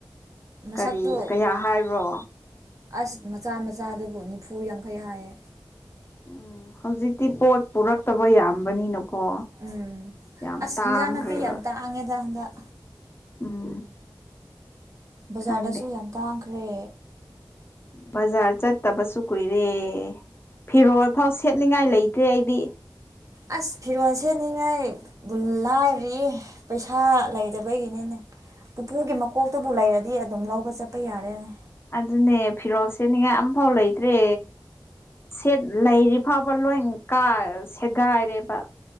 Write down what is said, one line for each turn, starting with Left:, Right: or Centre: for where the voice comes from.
Right: ꯃꯁꯛꯇꯣ
Left: ꯀꯔꯤ ꯀꯌꯥ ꯍꯥꯏꯕ꯭ꯔꯣ
Right: ꯑꯁ ꯃꯆꯥ ꯃꯆꯥꯗꯨꯕꯨ ꯅꯤꯐꯨ ꯌꯥꯡꯈꯩ ꯍꯥꯏꯌꯦ
Left: ꯎꯝ ꯍꯧꯖꯤꯛꯇꯤ ꯄꯣꯠ ꯄꯨꯔꯛꯇꯕ ꯌꯥꯝꯕꯅꯤꯅꯀꯣ
Right: ꯎꯝ
Left: ꯌꯥꯝ
Right: ꯑꯁ
Left: ꯇꯥꯡꯒ꯭ꯔꯦꯕ
Right: ꯍꯤꯟꯖꯥꯡ ꯅꯥꯄꯤ ꯌꯥꯝ ꯇꯥꯡꯉꯦꯗ ꯍꯟꯗꯛ
Left: ꯎꯝ
Right: ꯕꯖꯥꯔꯗꯁꯨ
Left: ꯈꯪꯗꯦ
Right: ꯌꯥꯝ ꯇꯥꯡꯈ꯭ꯔꯦ
Left: ꯕꯖꯥꯔ ꯆꯠꯇꯕꯁꯨ ꯀꯨꯏꯔꯦ ꯐꯤꯔꯣꯜ ꯐꯥꯎ ꯁꯦꯠꯅꯤꯡꯉꯥꯏ ꯂꯩꯇ꯭ꯔꯦ ꯑꯩꯗꯤ
Right: ꯑꯁ ꯐꯤꯔꯣꯜ ꯁꯦꯠꯅꯤꯡꯉꯥꯢ ꯕꯨꯜ ꯂꯥꯏꯔꯤꯌꯧ ꯄꯩꯁꯥ ꯂꯩꯗꯕꯒꯤꯅꯤꯅꯦ ꯄꯨꯄꯨꯒꯤ ꯃꯀꯣꯛꯇꯨꯕꯨ ꯂꯩꯔꯗꯤ ꯑꯗꯨꯝ ꯂꯧꯕ ꯆꯠꯄ ꯌꯥꯔꯦꯅꯦ
Left: ꯑꯗꯨꯅꯦ ꯐꯤꯔꯣꯜ ꯁꯦꯠ ꯅꯤꯡꯉꯥꯏ ꯑꯝꯐꯥꯎ ꯂꯩꯇ꯭ꯔꯦ ꯁꯦꯠ ꯂꯩꯔꯤ ꯐꯥꯎꯕ ꯂꯣꯏ ꯀꯥ ꯁꯦꯒꯥꯏꯔꯦꯕ